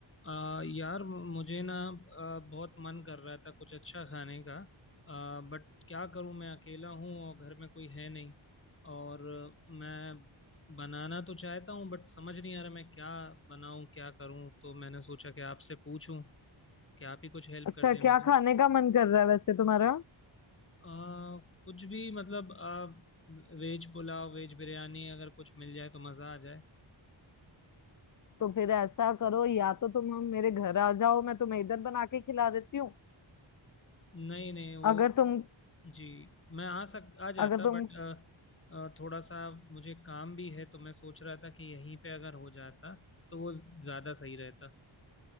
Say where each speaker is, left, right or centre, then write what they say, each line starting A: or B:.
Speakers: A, on the left; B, on the left.
A: आ, यार मुझे ना आ, बहुत मन कर रहा था कुछ अच्छा खाने का आ, बट क्या करूं मैं अकेला हूं और घर में कोई है नहीं और मैं बनाना तो चाहता हूं बट समझ नहीं आ रहा मैं क्या बनाऊं क्या करूं तो मैंने सोचा कि आपसे पूछूं कि आप ही कुछ हेल्प
B: अच्छा
A: कर दें मेरी
B: क्या खाने का मन कर रहा है वैसे तुम्हारा
A: आ, कुछ भी मतलब आ, वेज पुलाव वेज बिरयानी अगर कुछ मिल जाए तो मज़ा आ जाए
B: तो फिर ऐसा करो या तो तुम हम मेरे घर आ जाओ मैं तुम्हें इधर बना के खिला देती हूँ
A: नहीं नहीं वो
B: अगर तुम
A: जी मैं आ सक आ
B: अगर
A: जाता
B: तुम
A: बट थोड़ा सा मुझे काम भी है तो मैं सोच रहा था कि यहीं पे अगर हो जाता तो वो ज़्यादा सही रहता